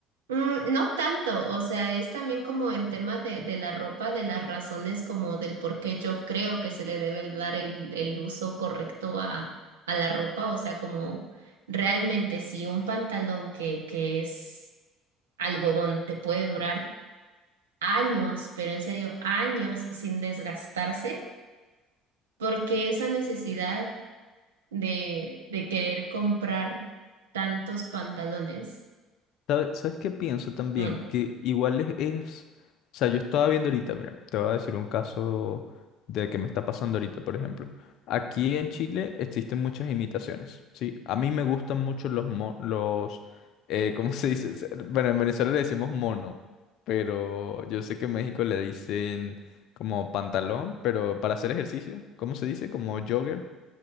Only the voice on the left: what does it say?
¿Sabe- ¿Sabes qué pienso también?
Que igual es, es- O sea, yo estaba viendo ahorita, mira, te voy a decir un caso de que me está pasando ahorita, por ejemplo. Aquí en Chile existen muchas imitaciones, ¿sí? A mí me gustan mucho los... mo- los eh, ¿cómo <laughs> se dice? Se- Bueno, en Venezuela le decimos mono, pero yo sé que en México le dicen como pantalón, pero para hacer ejercicio, ¿cómo se dice? Como jogger.